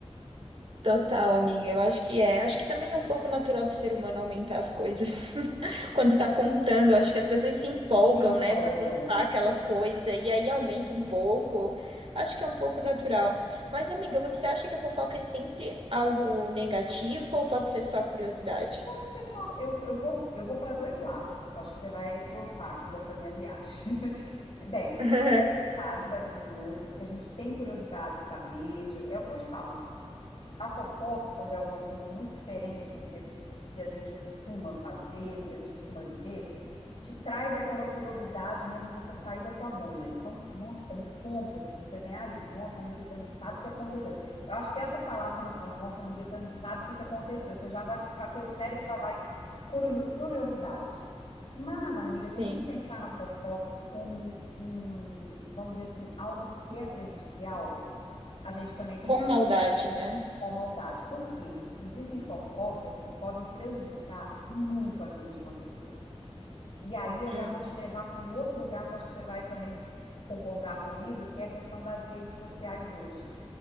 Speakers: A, on the right; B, on the left.
A: Total, amiga. Eu acho que é. Acho que também é um pouco natural do ser humano aumentar as coisas. <laughs> Quando tá contando, acho que as pessoas se empolgam,
B: Se empolgam.
A: né, para contar aquela coisa e aí
B: é.
A: aumenta um pouco. Acho que é um pouco natural. Mas, amiga, você acha que a fofoca é sempre algo negativo ou pode ser só curiosidade?
B: Pode ser só. Eu, eu vou, eu vou para dois lados. Eu acho que você vai gostar aqui dessa minha viagem. <laughs> Bem,
A: <laughs>
B: é curiosidade da vida do outro, porque a gente tem curiosidade de saber. de- é o que eu te falo. A fofoca, quando é um assunto muito diferente do que, do que a gente costuma fazer, do que a gente costuma viver, te traz aquela curiosidade mesmo de você sair da tua bolha. Então, nossa, me conta, tipo, você vem, ai, nossa, amiga, você não sabe o que aconteceu. Eu acho que essa palavra, quando eu falo, nossa, amiga, você não sabe o que que aconteceu, você já vai ficar, teu cérebro já vai, curio- curiosidade. Mas, amiga,
A: Sim.
B: se a gente pensar na fofoca como um, vamos dizer assim, algo que é prejudicial, a gente também tem
A: Com
B: que pensar
A: maldade,
B: nisso,
A: né?
B: com maldade. Por quê? Existem fofocas que podem prejudicar muito a vida de uma pessoa. E aí eu já
A: Hum.
B: vou te levar para um outro lugar que eu acho que você vai também concordar comigo, que é a questão das redes sociais hoje.